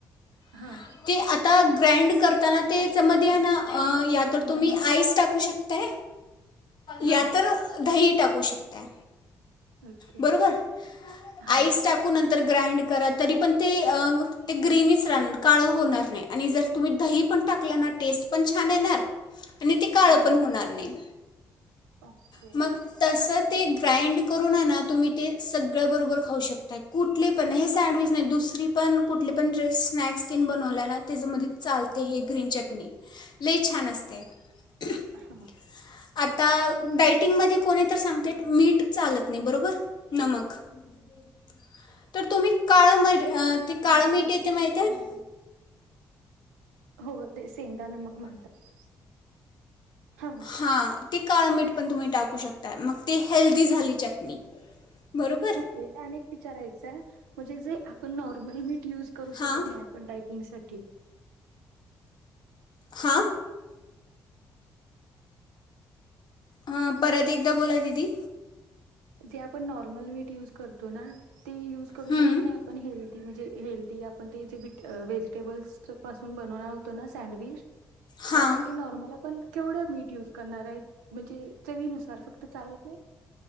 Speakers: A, on the left; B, on the right.
A: <inaudible>
B: हां
A: ते आता ग्रँड करताना तेच मधी हाय ना अ यातर तुम्ही आईस टाकू शकताय
B: हां
A: या तर दही टाकू शकताय.
B: ओके
A: बरोबर,
B: हां
A: आईस टाकू नं तर ग्राईंड करा तरी पण ते अ ग्रीनच राहनार काळ होणार नाही आणि जर तुम्ही दही पण टाकलंणा टेस्ट पण छान येणार आणि ते काळं
B: हां
A: पण होणार नाही.
B: ओके
A: <inaudible> मग तसच ते ग्राइंड करून हाय ना तुम्ही ते सगळ बरोबर खाऊ शकता. कुठले पण हे सँडविच नाही दुसरी पण कुठले पण जे स्नॅक्स तेन बनवलायं ना त्याच्यामध्ये चालते हे ग्रीन चटणी. ली छान असते. <inaudible>
B: हां
A: आता डायटिंगमध्ये कोनी तर सांगतेत मीठ चालत नाही बरोबर. नमक, <inaudible> तर तुम्ही काळं मेठ अ ते काळं मीठ येते माहित हाय. <inaudible>
B: हो तेच. सेंदा नमक म्हणतात. हां
A: हा ते काळ मीठ पण तुम्ही टाकू शकताय. मग ते हेल्दी झाली चटणी. बरोबर
B: ओके आणि एक विचारायचाय? म्हणजे जे आपण नॉर्मल मीठ यूज करू
A: हां
B: शकत नाही आपण डाए टिंगसाठी.
A: हा. ह परत एकदा बोला दिदी.
B: जे आपण नॉर्मल मीट यूज करतो ना. ते यूज करू
A: हं,
B: शकत नाही आपण हेल्दी म्हणजे हेल्दी आपण ते जे व्हिट अ व्हेजिटेबल्स पासून बनवणार होतो ना सँडविच
A: हां
B: त्यासाठी नॉर्मल आपण केवढं मीठ यूज करणार आहे, म्हणजे चवीनुसार फक्त चालत नाही.